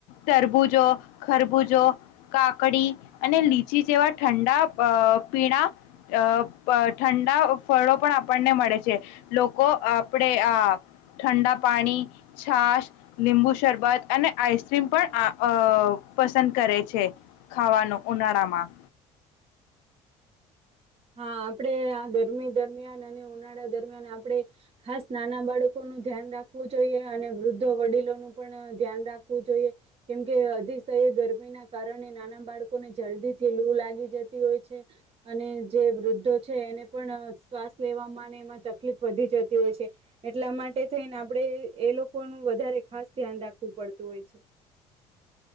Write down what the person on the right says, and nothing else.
હા આપણેે આ ગરમી દરમિયાન અને ઉનાળા દરમિયાન આપણેે ખાસ નાના બાળકોનું ધ્યાન રાખવું જોઈએ અને વૃદ્ધ વડીલોનું પણ ધ્યાન રાખવું જોઈએ કેમકે અતિશય ગરમી ના કારણે નાના બાળકોને જલ્દી થી લૂ લાગી જતી હોય છે અને. જે વૃદ્ધો છે એને પણ શ્વાસ લેવામાં એમાં તકલીફ વધી જતી હોય છે એટલા માટે થઈને આપણે એ લોકોનું વધારે ખાસ ધ્યાન રાખવું પડતું હોય છે.